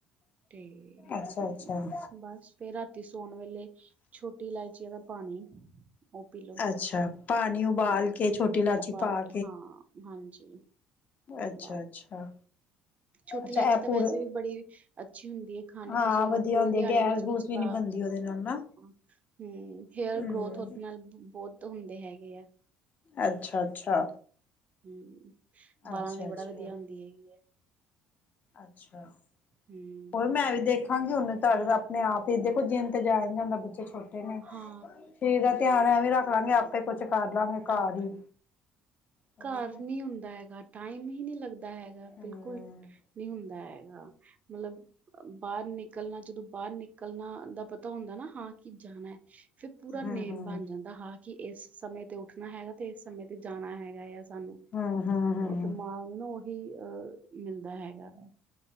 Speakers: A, on the right; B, on the left.
A: ਤੇ
B: ਅੱਛਾ ਅੱਛਾ
A: ਬਸ ਫੇਰ ਰਾਤੀ ਸੌਣ ਵੇਲੇ ਛੋ ਇਲਾਇਚੀ ਦਾ ਪਾਣੀ ਉਹ ਪੀ ਲਓ
B: ਅੱਛਾ ਪਾਣੀ ਉਬਾਲ
A: ਹੂ
B: ਕੇ ਛੋਟੀ ਇਲਾਚੀ
A: ਉਬਾਲ
B: ਪਾ
A: ਕੇ ਹਾਂ ਹਾਂਜੀ।
B: ਅੱਛਾ
A: ਵਾਹ
B: ਅੱਛਾ।
A: ਛੋਟੀ
B: ਅੱਛਾ
A: ਇਲਾਇਚੀ
B: ਇਹ
A: ਤਾਂ
B: ਪੂਰੇ
A: ਵੈਸੇ ਵੀ ਬੜੀ ਅੱਛੀ ਹੁੰਦੀ ਹੈ। ਖਾਣੇ
B: ਹਾਂ
A: ਤੁਸੀਂ
B: ਵਧੀਆ
A: ਅਗਰ ਪੂਰੇ
B: ਹੁੰਦੀ
A: ਦਿਹਾੜੀ
B: ਹੈ ਗੈਸ
A: ਵਿੱਚ
B: ਗੂਸ
A: ਚਬਾ
B: ਵੀ ਨੀ ਬਣਦੀ
A: ਹ
B: ਉਹਦੇ ਨਾਲ ਨਾ
A: ਹਮ ਹੇਅਰ
B: ਹਮ
A: ਗਰੋਥ ਉਹਦੇ ਨਾਲ। ਬਹੁਤ ਹੁੰਦੇ ਹੈਗੇ ਆ।
B: ਅੱਛਾ ਅੱਛਾ।
A: ਹਮ <inaudible> ਵਾਲਾਂ
B: ਅੱਛਾ
A: ਲਈ ਬੜਾ
B: ਅੱਛਾ
A: ਵਧੀਆ ਹੁੰਦੀ ਹੈਗੀ ਹੈ।
B: ਅੱਛਾ
A: ਹੂੰ
B: ਹੋਰ ਮੈਂ ਵੀ ਦੇਖਾਂਗੀ ਹੁਨ। ਤੁਹਾਡੇ ਆਪਣੇ ਆਪ ਹੀ ਦੇਖੋ ਜਿਤੇ ਜਾਇਆ ਜਾਂਦਾ। ਛੋਟੇ ਨੇ
A: ਹਾਂ
B: ਠੀਕ ਦਾ ਧਿਆਨ ਐ ਵੀ ਰੱਖ ਲਾਂਗੇ ਆਪੇ। ਕੁਛ ਕਰ ਲਾਂਗੇ ਘਰ
A: ਆਕਣ
B: ਹੀ ਉਹੀ
A: ਘਰ
B: ਨਾ
A: ਨੀ ਹੁੰਦਾ ਹੈਗਾ। ਟਾਈਮ ਹੀ ਨਹੀਂ ਲੱਗਦਾ। ਦਾ ਹੈਗਾ
B: ਹਮ
A: ਬਿਲਕੁਲ ਨਹੀਂ ਹੁੰਦਾ ਹੈਗਾ। ਮਤਲਬ ਬਾਹਰ ਨਿਕਲਣਾ ਜਦੋਂ ਬਾਹਰ ਨਿਕਲਣਾ ਦਾ ਪਤਾ ਹੁੰਦਾ ਨਾ ਹਾਂ ਕੀ ਜਾਣਾ ਹੈ। ਫਿਰ ਪੂਰਾ
B: ਹਮ
A: ਨੇਮ
B: ਹਮ
A: ਬਣ ਜਾਂਦਾ ਹਾਂ ਕਿ ਇਸ ਸਮੇਂ। <inaudible> ਹੈਗਾ ਤੇ ਇਸ ਸਮੇਂ ਤੇ ਜਾਣਾ ਹੈਗਾ ਆ। ਸਾਨੂੰ
B: ਹਮ ਹਮ ਹਮ
A: ਉਹ ਦਿਮਾਗ ਨਾ ਉਹਨੂੰ। ਵੀ ਅਹ ਮਿਲਦਾ ਹੈਗਾ ਵਾ।